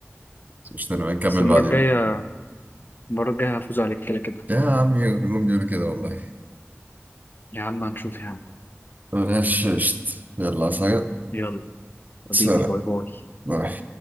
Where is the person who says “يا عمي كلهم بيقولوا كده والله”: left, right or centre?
Right